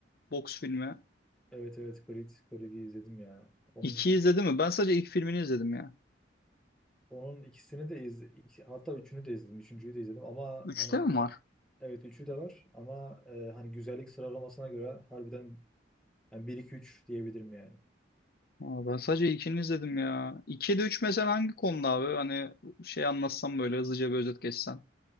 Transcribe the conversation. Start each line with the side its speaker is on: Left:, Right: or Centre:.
Left: Boks filmi.
Centre: Evet evet Creed, Creed'i izledim ya. Onun
Left: İki
Centre: üç,
Left: izledin mi? Ben sadece ilk filmini izledim ya.
Centre: onun ikisini de iz, iki- hatta üçünü de izledim. Üçüncüyü de izledim ama
Left: Üçte
Centre: hani
Left: mi var?
Centre: evet üçü de var ama e, hani güzellik sıralamasına göre harbiden yani 1 2 3 diyebilirim yani.
Left: Aa, ben sadece ilkini izledim ya. İki de üç mesela hangi konuda abi? Hani şey anlatsam böyle hızlıca bir özet geçsen.